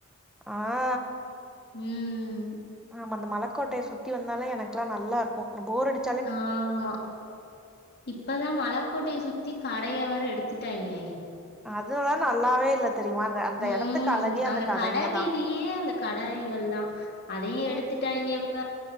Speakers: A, in the centre; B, on the left.
A: ஆ
B: ம் ம்
A: ஆமா அந்த மலக்கோட்டைய சுத்தி வந்தாலே எனக்குல்லா நல்லா இருக்கு போர் அடி
B: ஆமா இப்பதா மலக்கோட்டைய சுத்தி கடைய வேற எடுத்துட்டாங்களே
A: அதுலா நல்லாவே இல்ல தெரியுமா அந்த அந்த
B: உம்
A: எடத்துக்கு அழகே
B: அந்த
A: கடைங்க
B: கட வீதியே
A: தா
B: அந்த கடைகள்தா அதையு
A: ம்
B: எடுத்துட்டாங்கிய இப்ப